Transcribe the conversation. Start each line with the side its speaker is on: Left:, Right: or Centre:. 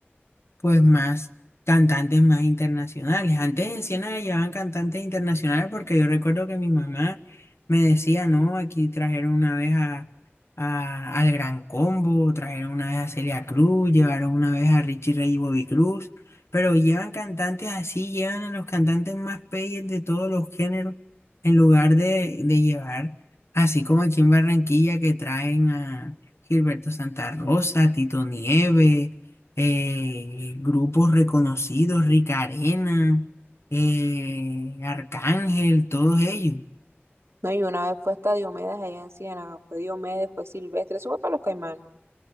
Left: pues más cantantes más internacionales. Antes en Siena llevaban cantantes internacionales porque yo recuerdo que mi mamá me decía, no, aquí trajeron una vez a, a- al Gran Combo, trajeron una vez a Celia Cruz, llevaron una vez a Richie Ray y Bobby Cruz, pero llevan cantantes así, llevan a los cantantes más peyes de todos los géneros en lugar de, de llevar, así como aquí en Barranquilla que traen a Gilberto Santa Rosa, Tito Nieves eh, grupos reconocidos, Rica Arena, eh, Arcángel, todos ellos.
Right: No, y una vez fue hasta Diomedes allá en Ciénaga, fue Diomedes, fue Silvestre, eso fue para los Caimanes.